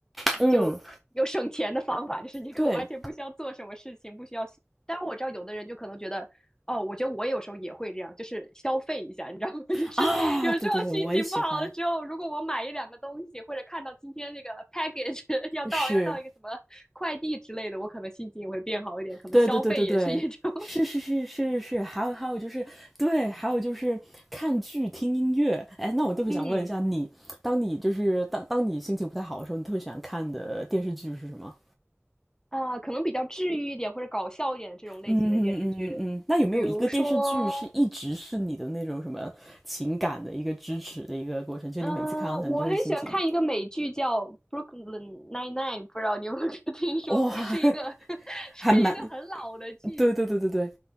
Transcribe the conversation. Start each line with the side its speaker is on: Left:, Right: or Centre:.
Centre: 嗯，
Left: 就又省钱的方法，就是你可完全不需要做什么事情，
Centre: 对
Left: 不需要。当然，我知道有的人就可能觉得，哦，我觉得我有时候也会这样，就是消费一下，你知道吗？<laughs> 就是有时候心情不好的时候，
Centre: 啊，对对对，我也喜欢，
Left: 如果我买一两个东西，或者看到今天这个 package <laughs> 要到要到一个什么快递之类的，
Centre: 是。
Left: 我可能心情也会变好一点，可能消费也是一种，
Centre: 对对对对对，是是是是是，还有还有就是对，还有就是看剧听音乐。哎，那我特别想问一下你，
Left: <laughs> 嗯
Centre: 当你就是当当你心情不太好的时候，你特别喜欢看的电视剧是什么？
Left: 啊，可能比较治愈一点或者搞笑一点的这种类型的电视剧，
Centre: 嗯嗯嗯嗯，那有没有一个电视剧是一直是你的那种什么情感的一个支持的一个过程？
Left: 比如说，
Centre: 就你每次看到它，
Left: 嗯、我很喜欢看一个美剧叫《Brooklyn
Centre: 你就会心情
Left: Nine-Nine》，不知道你有没有 <laughs> 听说过？
Centre: 哇，
Left: 是一个
Centre: <laughs>
Left: <laughs> 是一个很老的剧，
Centre: 还蛮对对对对对，